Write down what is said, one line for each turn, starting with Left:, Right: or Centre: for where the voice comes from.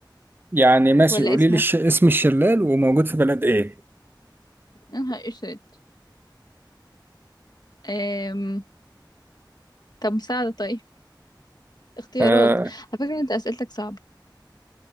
Right: يعني ماشي
Left: ولا
Right: قولي
Left: اسمه
Right: لي الش...
Left: <laughs>
Right: اسم الشلال وموجود في بلد ايه
Left: يا نهار اسود أم... طب مساعدة طيب اختيارات
Right: آه،
Left: على فكرة انت اسئلتك صعبة